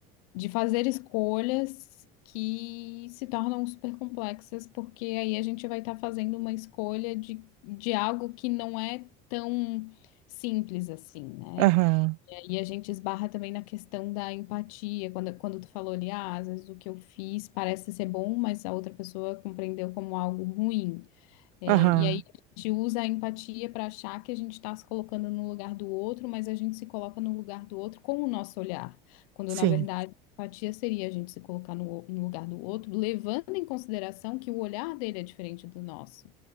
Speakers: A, on the left; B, on the right.
A: de fazer escolhas que se tornam super complexas, porque aí a gente vai estar fazendo uma escolha de, de algo que não é tão simples assim, né?
B: Aham,
A: E a gente esbarra também na questão da empatia, quando, quando tu falou ali, ah, às vezes o que eu fiz parece ser bom, mas a outra pessoa compreendeu como algo ruim. É,
B: aham,
A: e aí a gente usa a empatia para achar que a gente está se colocando no lugar do outro, mas a gente se coloca no lugar do outro com o nosso olhar, quando
B: sim,
A: na verdade a empatia seria a gente se colocar no, o- no lugar do outro, levando em consideração que o olhar dele é diferente do nosso